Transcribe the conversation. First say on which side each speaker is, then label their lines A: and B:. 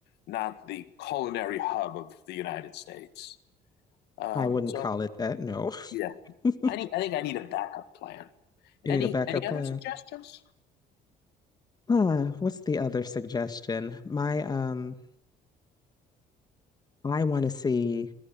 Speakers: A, on the left (about 80°); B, on the left (about 25°).
A: not the culinary hub of the United States. Um,
B: I wouldn't
A: so
B: call it that. No. <laughs>
A: yeah,
B: you
A: I need I think I need a backup plan.
B: need
A: Any
B: a backup
A: any other
B: plan.
A: suggestions?
B: Ah, what's the other suggestion? My um, I want to see